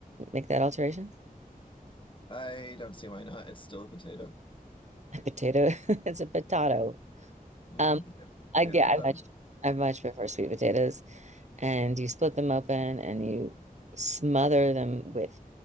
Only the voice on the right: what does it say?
make that alteration?
A potato, <laughs> it's a potato.
Um,
I, yeah,
I much, I much prefer sweet potatoes. And you split them open and you smother them with